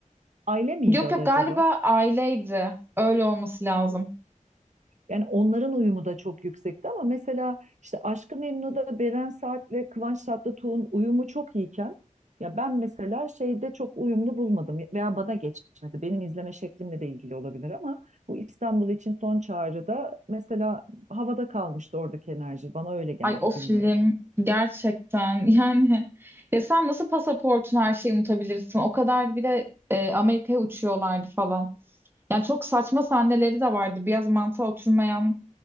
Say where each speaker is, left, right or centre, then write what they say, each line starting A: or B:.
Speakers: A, on the right (about 60°); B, on the right (about 15°).
A: Aile miydi
B: Yok
A: adı
B: yok
A: acaba?
B: galiba aileydi. Öyle olması lazım.
A: Yani onların uyumu da çok yüksekti ama mesela işte Aşk-ı Memnu'da Beren Saat ve Kıvanç Tatlıtuğ'un uyumu çok iyiken ya ben mesela şeyde çok uyumlu bulmadım veya bana geçmedi. Benim izleme şeklimle de ilgili olabilir ama bu İstanbul için son çağrıda mesela havada kalmıştı oradaki enerji. Bana öyle geldi
B: Ay o film
A: bilmiyorum.
B: gerçekten <laughs> yani ya sen nasıl pasaportun her şeyi unutabilirsin? O kadar bir de e, Amerika'ya uçuyorlardı falan. Yani çok saçma sahneleri de vardı. Biraz mantığa oturmayan